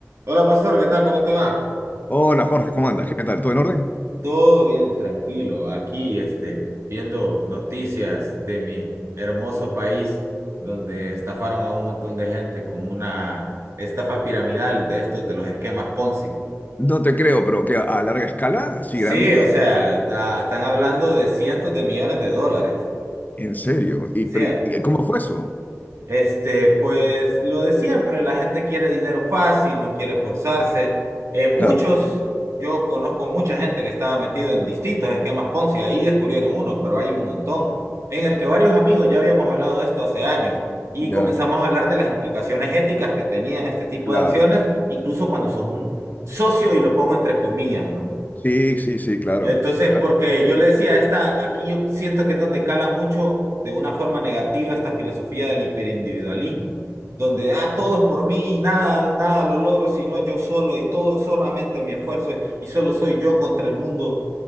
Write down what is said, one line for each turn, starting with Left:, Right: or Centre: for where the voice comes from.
Right: Hola, pastor, ¿qué tal? ¿Cómo te va?
Left: Hola Jorge, ¿cómo andas? ¿Qué tal? ¿Todo en orden?
Right: Todo bien, tranquilo. Aquí, este, viendo noticias de mi hermoso país, donde estafaron a un montón de gente con una estafa piramidal de estos, de los esquemas Ponzi.
Left: No te creo, pero que a a larga escala, así
Right: Sí,
Left: grande,
Right: o sea, está- están hablando de cientos de millones de dólares.
Left: en serio. ¿Y
Right: Sí,
Left: pero, ¿y cómo fue eso?
Right: Este, pues lo de siempre, la gente quiere dinero fácil, no quiere esforzarse. Eh, muchos,
Left: Claro,
Right: yo conozco mucha gente que estaba metido en distintos esquemas Ponzi, ahí descubrieron uno, pero hay un montón, en el que varios amigos ya habíamos hablado de esto hace años y
Left: ya,
Right: comenzamos a hablar de las implicaciones éticas que tenían este tipo
Left: claro.
Right: de acciones, incluso cuando sos un socio y lo pongo entre comillas, ¿no?
Left: Sí, sí, sí, claro.
Right: Entonces,
Left: Ah,
Right: porque yo le decía, esta, aquí yo siento que es donde cala mucho de una forma negativa esta filosofía del hiperindividualismo, donde ah, todo es por mí, nada, nada lo logro, sino yo solo y todo solamente mi esfuerzo y solo soy yo contra el mundo.